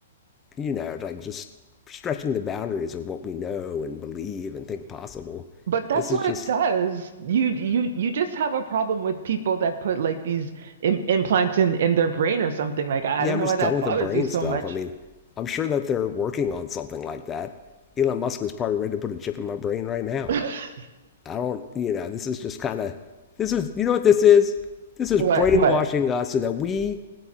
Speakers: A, on the left; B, on the right.
A: you know, like just stretching the boundaries of what we know and believe and think possible.
B: But that's
A: This is
B: what
A: just
B: it does. You you you just have a problem with people that put like these Im implants in in their brain or something. Like I
A: Yeah,
B: don't
A: I'm
B: know
A: just
B: why that
A: done with
B: bothers
A: the brain
B: you so
A: stuff.
B: much.
A: I mean, I'm sure that they're working on something like that. Elon Musk is probably ready to put a chip in my brain right now.
B: <laughs>
A: I don't, you know, this is just kind of, this is, you know what this is? This is
B: What
A: brainwashing
B: what?
A: us so that we